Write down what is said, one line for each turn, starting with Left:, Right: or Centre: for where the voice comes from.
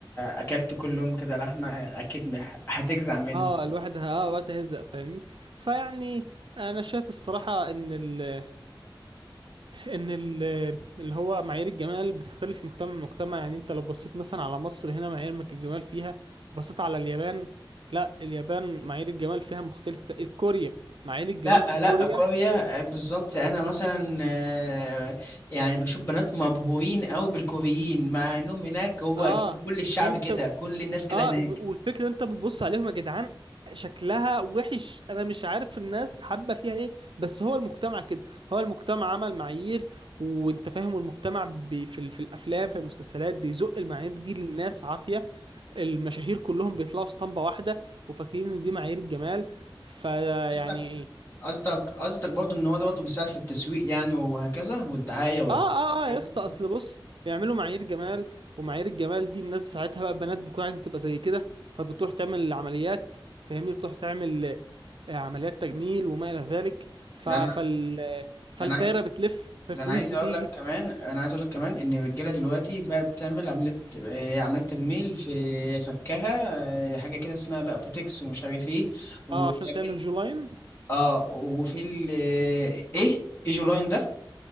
Left: أكلت كل يوم كده لحمة أكيد مح- هتجزع منها
Right: اه الواحد ه- اه وقتها هيزق فاهمني فيعني انا شايف الصراحه ان ال ان ال- اللي هو معايير الجمال بتختلف من مجتمع لمجتمع يعني انت لو بصيت مثلا على مصر هنا معايير مك- الجمال فيها وبصيت على اليابان لا اليابان معايير الجمال فيها مختلفة كوريا معايير الجمال
Left: لا
Right: في كوريا
Left: لا كوريا آه، بالظبط انا مثلا آه، يعني بشوف بنات مبهورين قوي بالكوريين مع انهم هناك هو
Right: اه
Left: كل الشعب
Right: انت
Left: كده كل الناس كده
Right: اه
Left: هناك
Right: وب- والفكرة انت بتبص عليهم يا جدعان شكلها وحش انا مش عارف الناس حابة فيها ايه بس هو المجتمع كده هو المجتمع عمل معايير وانت فاهم المجتمع بي في, ال- في الافلام في المسلسلات بيزق المعايير دي للناس عافية المشاهير كلهم بيطلعوا اسطمبة واحدة وفاكرين ان دي معايير الجمال فيعني
Left: قصدك
Right: ايه
Left: قصدك قصدك برضه ان هو ده برضه بيساعد في التسويق يعني وهكذا والدعايه ولا
Right: اه اه
Left: الحاجات
Right: اه يا
Left: دي.
Right: اسطى اصل بص بيعملوا معايير جمال ومعايير الجمال دي الناس ساعتها بقى بنات بتكون عايزة تبقى زي كده فبتروح تعمل عمليات فاهمني تروح تعمل آه، عمليات تجميل وما إلى ذلك ف...
Left: ده
Right: فال...
Left: انا
Right: آه، فالدايرة
Left: ده انا عايز
Right: بتلف فالفلوس
Left: ده انا عايز
Right: بتيجي
Left: اقول لك كمان انا عايز اقول لك كمان ان الرجاله دلوقتي بقت بتعمل عمليه آه، عمليه تجميل في فكها آه، حاجه كده اسمها بقى بوتكس ومش عارف ايه وشاكيل
Right: اه عشان تعمل جولاين
Left: اه وفي ال ايه ايه جولاين ده